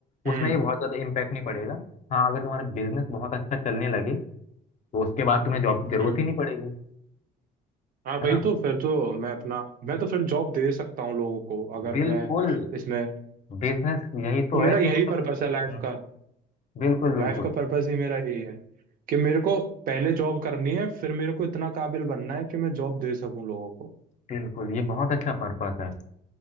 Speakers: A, on the right (about 55°); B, on the left (about 45°).
A: हम्म
B: उसमें ये बहुत ज़्यादा इम्पैक्ट नहीं पड़ेगा हाँ अगर तुम्हारा बिजनेस बहुत अच्छा चलने लगे तो उसके बाद तुम्हें जॉब की जरूरत
A: हम्म
B: ही नहीं पड़ेगी
A: हाँ
B: है
A: वही
B: ना
A: तो फिर तो मैं अपना मैं तो फिर जॉब दे सकता हूँ लोगों को अगर
B: बिल्कुल
A: मैं इसमें
B: बिजनेस यही तो
A: तो मेरा
B: है कि
A: यही
B: मतलब
A: पर्पस है लाइफ
B: हम्म,
A: का
B: बिल्कुल बिल्कुल
A: लाइफ का पर्पस ही मेरा यही है कि मेरे को पहले जॉब करनी है फिर मेरे को इतना काबिल बनना है कि मैं जॉब दे सकूं लोगों को
B: बिल्कुल ये बहुत अच्छा पर्पस है है